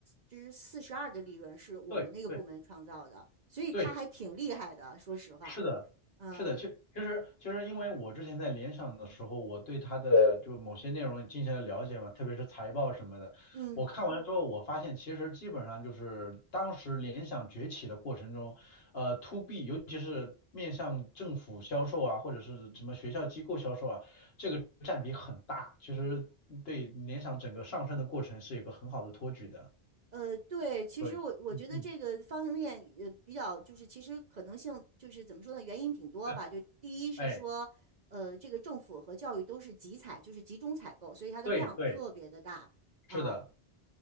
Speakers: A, on the right; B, on the left.
A: 之四十二的利润是我们那个部门创造的，
B: 对对
A: 所以他还挺厉害的，
B: 对。
A: 说实话，
B: 是的，
A: 嗯
B: 是的，就其实就是因为我之前在联想的时候，我对它的就某些内容进行了了解嘛，特别是财报什么的，
A: 嗯。
B: 我看完了之后，我发现其实基本上就是当时联想崛起的过程中，呃，to B，尤其是面向政府销售啊，或者是什么学校机构销售啊，这个占比很大，其实对联想整个上升的过程是一个很好的托举的。
A: 呃，对，其实我我觉得这个方便面呃比较就是其实可能性就是怎么说呢，
B: 对，嗯嗯，
A: 原因挺多吧。
B: <laughs>
A: 就第一是说，
B: 哎，
A: 呃，这个政府和教育都是集采，就是集中采购，所以它的量特别的大啊。
B: 对对，是的，